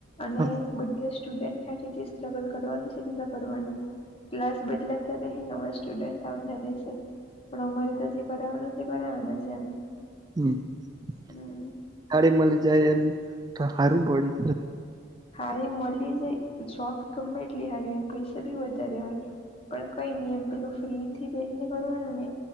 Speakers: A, on the left (about 30°); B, on the right (about 20°).
A: અને
B: હા
A: બધે સ્ટુડન્ટ સાથે જે સ્ટ્રગલ કરવાનું છે કે ન કરવાનું છે ક્લાસ બદલાતા રહેશે નવા સ્ટુડન્ટ આવતા રહેશે પણ અમારે તો જે કરવાનું તે કરવાવાનું છે એમ
B: હમ થાડીી
A: હમ
B: મળી જાય એમ તો સારું પડે
A: હા એ મળી જાય જોબ ગમે એટલી હારી હોય પૈસા બી વધારે હોય પણ કઈ નઈ એમ પેલું ફ્રી થી બેસીને કરવાનું ને